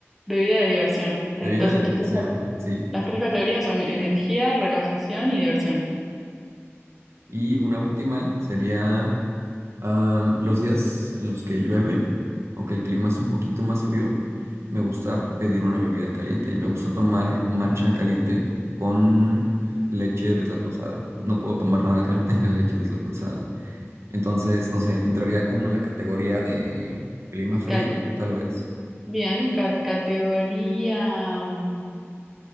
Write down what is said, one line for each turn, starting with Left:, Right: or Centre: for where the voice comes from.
Centre: bebida de diversión. Entonces,
Right: Bebida de diversión,
Centre: tus tres-
Right: sí.
Centre: las tres categorías son energía, relajación y diversión.
Right: Y una última sería am, los días en los que llueve o que el clima es un poquito más frío. Me gusta pedir una bebida caliente y me gusta tomar matcha caliente con leche deslactosada. No puedo tomar nada que no tenga leche deslactosada. Entonces, no sé, entraría como en la categoría de clima frío,
Centre: Cat-
Right: tal vez.
Centre: bien. Ca- categoría. mm,